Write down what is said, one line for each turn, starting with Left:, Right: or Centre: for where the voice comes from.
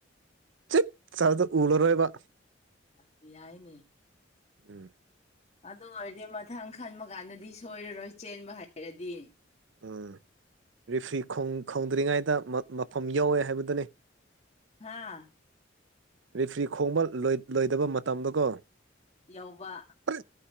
Right: ꯆꯠ ꯆꯗ ꯎꯂꯔꯣꯏꯕ
Left: ꯑ ꯁꯤ ꯌꯥꯥꯏꯅꯤ
Right: ꯎꯝ
Left: ꯑꯗꯨ ꯑꯣꯏꯔꯗꯤ ꯃꯊꯪ ꯈꯟꯕ ꯀꯥꯟꯗꯗꯤ ꯁꯣꯏꯔꯔꯣꯏ ꯆꯦꯟꯕ ꯍꯥꯏꯩꯔꯗꯤ
Right: ꯎꯝ ꯔꯤꯐ꯭ꯔꯤ ꯈꯣꯡꯗ꯭ꯔꯤꯉꯩꯗ ꯃꯐꯝ ꯌꯧꯋꯦ ꯍꯥꯏꯕꯗꯨꯅꯤ
Left: ꯍꯥꯥ
Right: ꯔꯤꯐ꯭ꯔꯤ ꯈꯣꯡꯕ ꯂꯣꯏꯗꯕ ꯃꯇꯝꯗꯀꯣ
Left: ꯌꯧꯋꯥ
Right: ꯄ꯭ꯔꯤꯠ